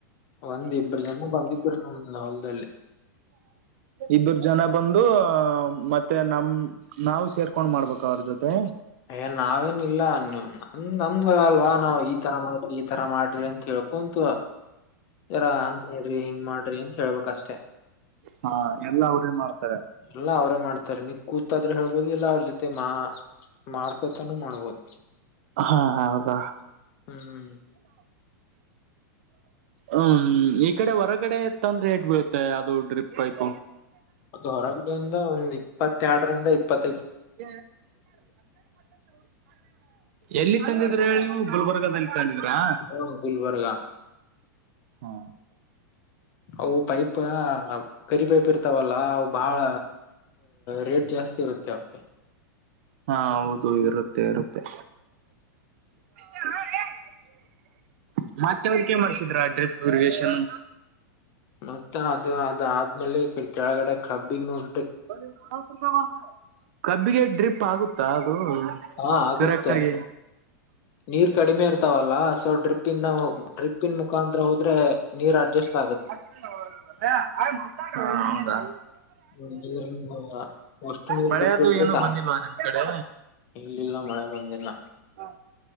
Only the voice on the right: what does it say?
ಇಬ್ಬರು ಜನ ಬಂದು ಮತ್ತೆ ನಮ ನಾವು ಸೇರ್ಕೊಂಡ್ ಮಾಡ್ಬೇಕ ಅವ್ರ ಜೊತೆ
ಹಾ ಎಲ್ಲಾ ಅವ್ರೇ ಮಾಡ್ತಾರೆ
ಹಾ ಹೌದ <inaudible>
ಹ್ಮು್ ಈ ಕಡೆ ಹೊರಗಡೆ ಇತ್ತ ಅಂದ್ರೆ ಎಟ್ ಬೀಳುತ್ತೆ ಅದು ಡ್ರಿಪ್ ಪೈಪ್
<inaudible> ಎಲ್ಲಿ ತಂದಿದ್ರೆ ಹೇಳಿ ನೀವು ಗುಲ್ಬರ್ಗದಲ್ಲಿ ತಂದಿದ್ರಾ
ಹಾ
ಹಾ ಹೌದು ಇರುತ್ತೆ ಇರುತ್ತೆ <inaudible> ಮತ್ತೆ ಅವ್ಕನುಕ್ ಮಾಡ್ಸಿದ್ರ ಡ್ರಿಪ್ ದುರ್ಗೇಶನ್
<inaudible> ಕಬ್ಬಿಗೆ ಡ್ರಿಪ್ ಆಗುತ್ತಾ ಹ್ಮು
ಕರೆಕ್ಟ್ ಗಿ
<inaudible> ಹಾ ಹೌದಾ
ಮಳೆಯದು
ಏನು
ಬಂದಿಲ್ವಾ ನಿಮ್ ಕಡೆ
ಹ